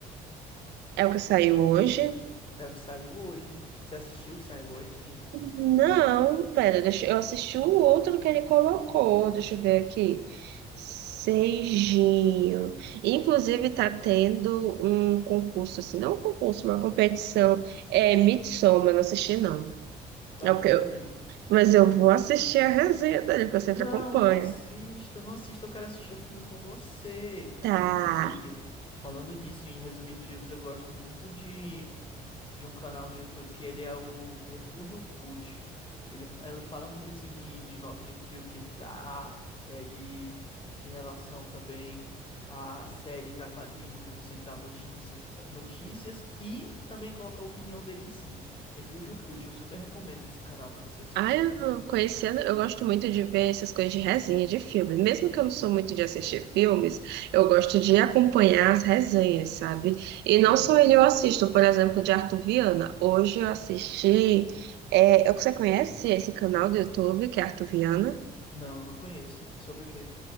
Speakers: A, on the right (about 85°); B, on the left (about 30°).
A: É o que saiu hoje?
B: É o que saiu hoje. Você assistiu o que saiu hoje?
A: Não, pera, deixa, eu assisti o outro que ele colocou, deixa eu ver aqui. Seijinho. Inclusive, tá tendo um concurso, assim, não um concurso, uma competição. É Midsommar, eu não assisti, não.
B: Ah,
A: É o que
B: ainda
A: eu-
B: bem.
A: mas eu
B: Ainda
A: vou
B: bem.
A: assistir a resenha dele, porque eu sempre
B: Não,
A: acompanho.
B: não assista, não assista, eu quero assistir o filme com você.
A: Tá.
B: E, Inclusive, falando nisso, em resumir filmes, eu gosto muito de, de um canal no YouTube que ele é o Refúgio Cult. Ele, fa- ele fala muito assim de, de notas de filme que ele dá, é, de, de relação também a, séries, a quadrinhos, ele dá notícias, e ta- notícias e também coloca a opinião dele em cima. Refúgio Cult, eu super recomendo esse canal pra você assistir.
A: Ah, eu conhecendo, eu gosto muito de ver essas coisas de resenha de filme. Mesmo que eu não sou muito de assistir filmes, eu gosto de acompanhar as resenhas, sabe? E não
B: Uhum.
A: só ele eu assisto, por exemplo, de Arthur Viana. Hoje eu assisti. É, eu- você conhece esse canal do YouTube, que é Arthur Viana?
B: Não, não conheço. É sobre o quê?